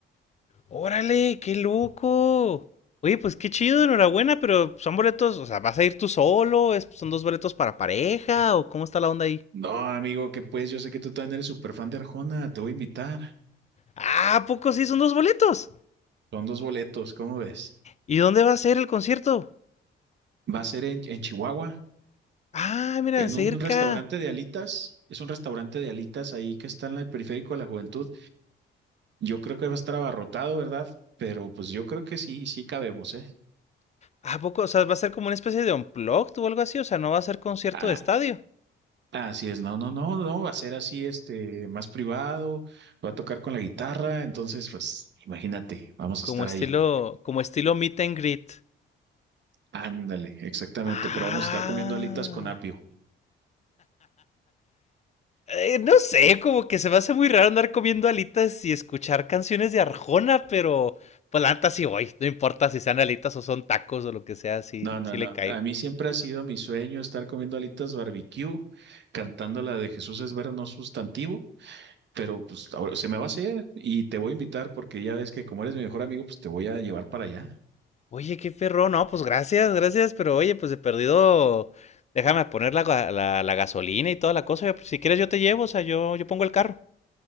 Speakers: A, on the left (about 35°); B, on the right (about 65°).
A: ¡Órale, qué loco! Oye, pues qué chido, enhorabuena, pero son boletos, o sea, ¿vas a ir tú solo? ¿Es- ¿Son dos boletos para pareja? ¿O cómo está la onda ahí?
B: No, amigo, que pues yo sé que tú también eres súper fan de Arjona, te voy a invitar.
A: Ah, ¿a poco sí son dos boletos?
B: Son dos boletos, ¿cómo ves?
A: ¿Y dónde va a ser el concierto?
B: Va a ser en, en Chihuahua,
A: Ah, mira,
B: en
A: cerca.
B: un restaurante de alitas. Es un restaurante de alitas ahí que está en el periférico de la juventud. Yo creo que va a estar abarrotado, ¿verdad? Pero pues yo creo que sí, sí cabemos, ¿eh?
A: ¿A poco? O sea, ¿va a ser como una especie de unplugged o algo así? O sea, ¿no va a ser concierto
B: Ah,
A: de estadio?
B: así es, no, no, no, no, va a ser así, este, más privado, va a tocar con la guitarra, entonces, pues, imagínate, vamos
A: Como
B: a estar
A: estilo,
B: ahí.
A: como estilo meet and greet.
B: Ándale, exactamente,
A: Ah.
B: pero vamos a estar comiendo alitas con apio.
A: Eh, no sé, como que se me hace muy raro andar comiendo alitas y escuchar canciones de Arjona, pero pues la neta sí voy. No importa si sean alitas o son tacos o lo que sea, sí,
B: No, no,
A: sí
B: no,
A: le caigo.
B: a mí siempre ha sido mi sueño estar comiendo alitas barbecue, cantando la de Jesús es ver no sustantivo, pero pues ahora se me va a hacer y te voy a invitar porque ya ves que como eres mi mejor amigo, pues te voy a llevar para allá.
A: Oye, qué perro, no, pues gracias, gracias, pero oye, pues he perdido. Déjame poner la, ga- la- la gasolina y toda la cosa. pues, Si quieres yo te llevo, o sea, yo, yo pongo el carro.